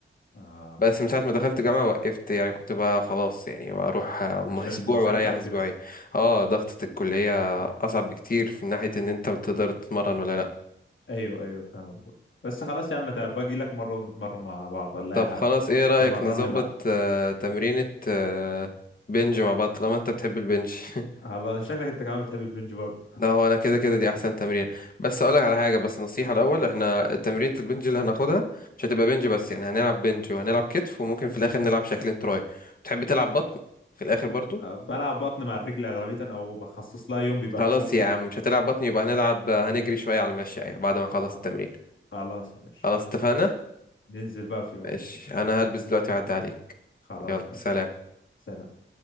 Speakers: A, on the left; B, on the left.
A: آه
B: بس من ساعة ما دخلت جامعة وقفت يعني كنت بقى خلاص يعني بروح آه،
A: عشان
B: <laughs> أسبوع
A: المذاكرة
B: وأريح
A: وكده
B: أسبوعين اه ضغطة الكلية أصعب بكتير في ناحية إن أنت بتقدر تتمرن ولا لأ
A: ايوه ايوه فاهمك برضه بس خلاص يا عم تعب باجي لك مرة ونتمرن مع بعض ولا
B: طب
A: اي حاجة
B: خلاص ايه رأيك
A: تمرني
B: نظبط
A: بقى
B: آه، تمرينة آه، بنج مع بعض طالما انت بتحب البنج <laughs>
A: على شكلك انت كمان بتحب البنج برضه
B: لا هو انا كده كده دي احسن تمرين بس اقولك على حاجة بس نصيحة الاول احنا تمرينة البنج اللي هناخدها مش هتبقى بنج بس يعني هنلعب بنج وهنلعب كتف وممكن في الاخر نلعب شكلين تراي تحب تلعب بطن في الاخر برضو
A: آه، بلعب بطن مع الرجل اغلبية او بخصص لها يوم بيبقى
B: خلاص
A: الكور
B: يا
A: كله
B: عم مش هتلعب بطن يبقى هنلعب هنجري شوية على المشي يعني بعد ما نخلص
A: خ-
B: التمرين
A: خلاص ماشي
B: خلاص اتفقنا
A: ننزل بقى في يوم
B: ماشي انا هلبس دلوقتي وأعدي عليك
A: خلاص
B: يلا
A: ماشي
B: سلام
A: سلام